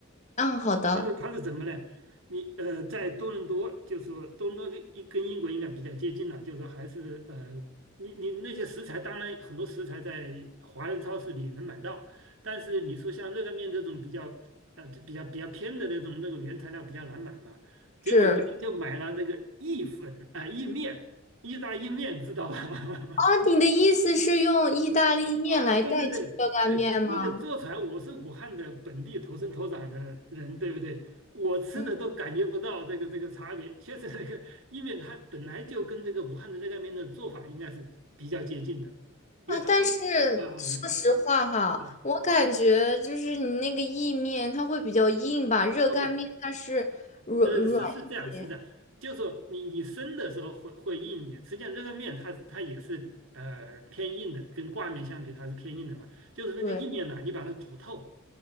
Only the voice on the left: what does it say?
嗯，好的，
是
啊，
你的意思是用意大利面来代替热干面吗？
嗯
啊，但是说实话哈，
我感觉就是你那个意面它会比较硬吧，热干面它是软软一些。
对。